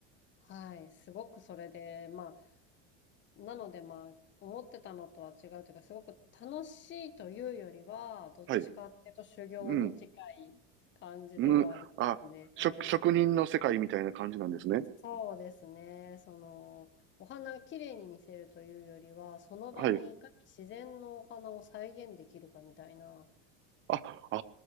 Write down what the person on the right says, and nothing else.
はい、うん。うん、あ、職、職人の世界みたいな感じなんですね。
はい。あ、あ